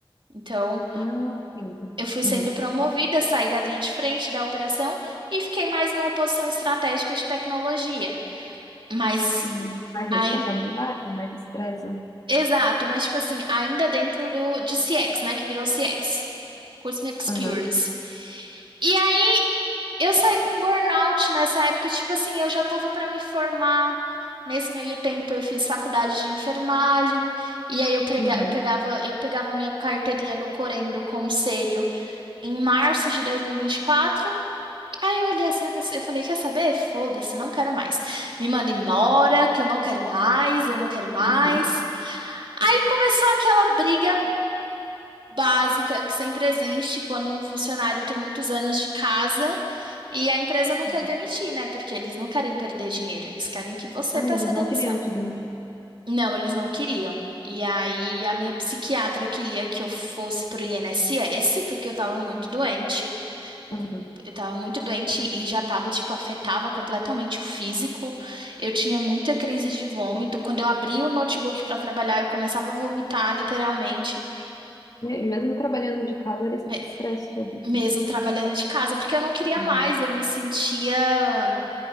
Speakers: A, on the right; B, on the left.
A: Então,
B: Ah, sim.
A: Eu fui
B: Uhum.
A: sendo promovida, saí da linha de frente da operação e fiquei mais numa posição estratégica de tecnologia. Mas,
B: Uhum. Mais responsabilidade,
A: aí,
B: mais estresse, né?
A: exato, mas tipo assim, ainda dentro do de CX, né, que virou CX, Customer Experience.
B: Aham.
A: E aí eu saí com burnout nessa época, tipo assim, eu já tava para me formar. Nesse meio tempo eu fiz faculdade de enfermagem e aí eu, prega,
B: Uhum.
A: eu pegava eu pegava minha carteirinha do Corém do Conselho em março de 2024 Aí eu olhei assim, eu que- eu falei, quer saber? Foda-se, não quero mais. Me manda embora, que eu não quero mais, eu não quero mais.
B: Uhum.
A: Aí começou aquela briga básica que sempre existe quando um funcionário tem muitos anos de casa e a empresa não
B: Uhum.
A: quer demitir, né? Porque eles não querem perder dinheiro, eles querem que você
B: Ah,
A: peça
B: eles não
A: demissão.
B: queriam te demitir.
A: Não, eles não queriam. E aí a minha psiquiatra queria que eu fosse pro INSS, porque eu tava muito doente. Eu
B: Aham.
A: com- eu tava muito doente e já tava, tipo, afetava completamente o físico. Eu tinha muita crise de vômito. Quando eu abria o notebook pra trabalhar, eu começava a vomitar, literalmente,
B: E mesmo trabalhando de casa, era esse
A: me-
B: estresse todo. assim.
A: mesmo trabalhando de casa, porque eu não queria
B: Aham.
A: mais, eu me sentia